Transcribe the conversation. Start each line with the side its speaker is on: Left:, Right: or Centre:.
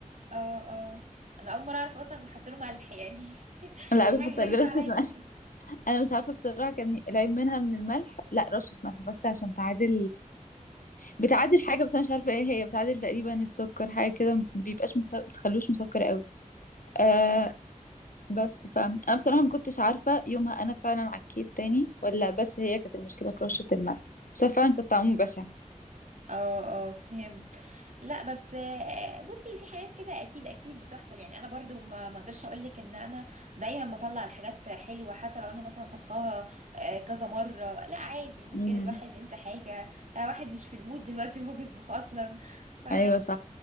Right: اه اه انا اول مره اعرف اصلا بيتحط لهم ملح يعني <laughs>
Left: لا
Right: دي
Left: بتحط
Right: حاجه
Left: رشة
Right: غريبه عليا
Left: ملح
Right: جدا
Left: <laughs> انا مش عارفة بصراحة كان العيب منها من الملح لا رشة ملح بس عشان تعادل بتعادل حاجة بس انا مش عارفة ايه هي بتعادل تقريبا السكر حاجة كده ما بيبقاش مسك... بتخلوش مسكر قوي
Right: اه
Left: آه
Right: اه
Left: بس فانا بصراحة ما كنتش عارفة يومها انا فعلا عكيت تاني ولا بس هي كانت المشكلة في رشة الملح بس هو فعلا كان طعمه بشع
Right: اه آه. فهمت لا بس آه، بصي في حاجات كده اكيد اكيد بتحصل يعني انا برضو ما ما اقدرش اقول لك ان انا دايما بطلع الحاجات حلوه حتى لو انا مثلا طبخاها آه، كذا مره لا عادي ممكن
Left: امم
Right: الواحد ينسى حاجه آه، واحد مش في المود دلوقتي وهو بيطبخ اصلا فا
Left: ايوه صح